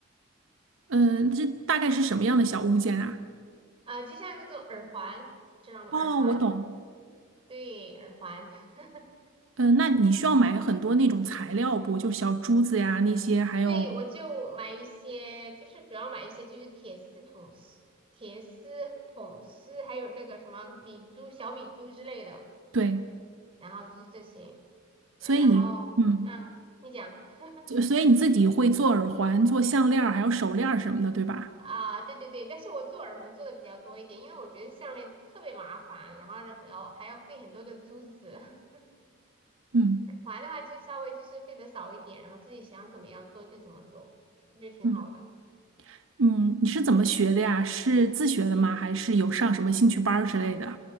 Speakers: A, on the right (about 75°); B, on the right (about 25°).
A: 嗯、这大概是什么样的小物件啊？
B: 啊、就像那种耳环，知道吗？
A: 哦，
B: 耳环，
A: 我懂。
B: 对，耳环。<laughs>
A: 嗯、那你需要买很多那种材料不？就小珠子呀那些，还有
B: 对，我就买一些，就是主要买一些就是铁丝桶丝、铁丝桶丝，还有那个什么米珠、小米珠之类的，
A: 对，
B: 然后就是这些，
A: 所以你嗯，
B: 呃然后，嗯，你讲，<laughs>
A: 所所以你自己会做耳环、做项链儿还有手链儿什么的，对吧？
B: 啊，对对对，但是我做耳环做的比较多一点，因为我觉得项链特别麻烦，然后还要还要费很多的珠子，<laughs> 耳
A: 嗯
B: 环的话就稍微就是费的少一点，然后自己想怎么样做就怎么做，我觉得挺好的。
A: 嗯。嗯，你是怎么学的呀？是自学的吗？还是有上什么兴趣班儿之类的？